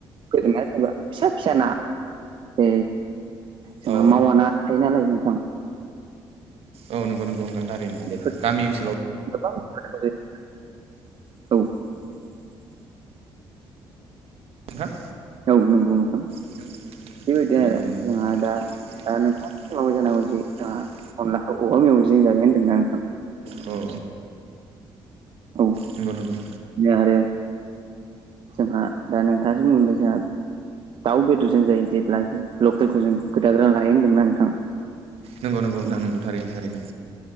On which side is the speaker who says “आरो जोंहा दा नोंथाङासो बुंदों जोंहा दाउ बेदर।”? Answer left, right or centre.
Right